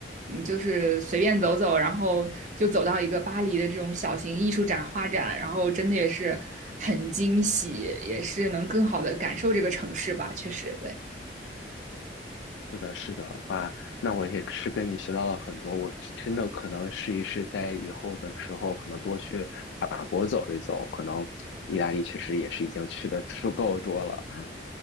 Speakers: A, on the right; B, on the left.
A: 嗯，就是随便走走，然后就走到一个巴黎的这种小型艺术展、画展，然后真的也是很惊喜，也是能更好的感受这个城市吧。确实，对，
B: <laughs> 是的，是的，哇，那我也是跟你学到了很多。我真的可能试一试，在以后的时候可能多去法国走一走，可能意大利确实也是已经去的足够多了。